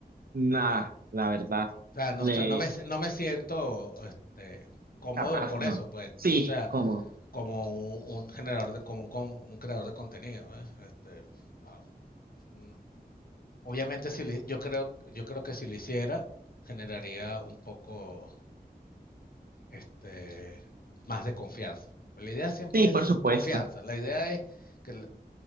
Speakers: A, on the right (about 60°); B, on the left (about 60°).
A: Nada, la verdad.
B: O sea, no,
A: Le,
B: estoy- no, me, no me siento este, cómodo
A: capaz,
B: con
A: no.
B: eso, pues,
A: Sí,
B: o sea,
A: como,
B: como un, un generador de, como un, con- un creador de contenido, ¿ves? Este, wow, no. Obviamente, si le- yo creo, yo creo que si lo hiciera, generaría un poco, este, más de confianza. La idea siempre
A: sí,
B: es
A: por supuesto.
B: confianza. La idea es que, l-